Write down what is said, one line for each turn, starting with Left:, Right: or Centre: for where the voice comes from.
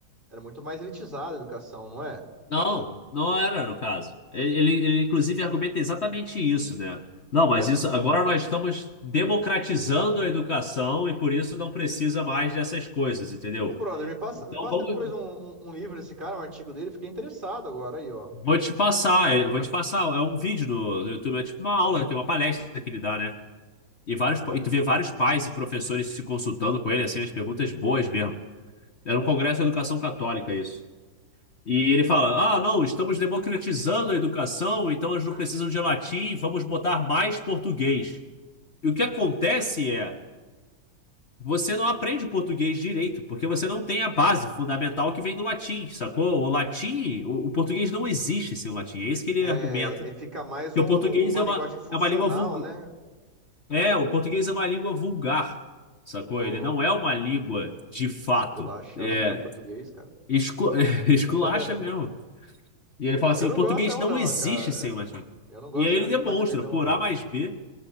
Right: Era muito mais elitizada a educação, não é?
Left: Não, não era no caso. Ele, ele, ele, inclusive argumenta exatamente isso, né? Não,
Right: Caraca,
Left: mas isso
Right: sério.
Left: agora nós estamos democratizando a educação e por isso não precisa mais dessas coisas, entendeu?
Right: Ô, brother, me passa,
Left: Então
Right: me passa
Left: vamos.
Right: depois um, um- um livro desse cara, um artigo dele. Fiquei interessado agora aí, ó.
Left: Vou te passar, é- vou te passar. É um vídeo no, no YouTube, é tipo uma aula, tem uma palestra que ele dá, né? E, vários,
Right: Ah,
Left: pa- e tu
Right: entendi.
Left: vê vários pais e professores se consultando com ele, assim, as perguntas boas mesmo. Era um congresso de educação católica, isso. E ele fala: Ah, não, estamos democratizando a educação, então eles não precisam de latim, vamos botar mais português. E o que acontece é, você não aprende português direito, porque você não tem a base fundamental que vem do latim, sacou? O latim, o, o português não existe sem o latim, é isso que ele
Right: É,
Left: argumenta.
Right: é, fica mais
Left: Porque
Right: um,
Left: o português
Right: uma
Left: é
Right: linguagem
Left: uma,
Right: funcional,
Left: é uma língua vulgar.
Right: né?
Left: É, o português é uma língua vulgar, sacou?
Right: Ô,
Left: Ele
Right: louco.
Left: não é uma língua de fato.
Right: Esculachando
Left: É,
Right: mesmo português, cara.
Left: escu- <laughs> esculacha
Right: <laughs>
Left: mesmo. E ele fala assim:
Right: Eu não
Left: o português
Right: gosto não,
Left: não
Right: não,
Left: existe
Right: cara.
Left: sem o latim.
Right: Eu não gosto
Left: E aí ele
Right: não
Left: demonstra,
Right: de português não,
Left: por
Right: não.
Left: A mais B,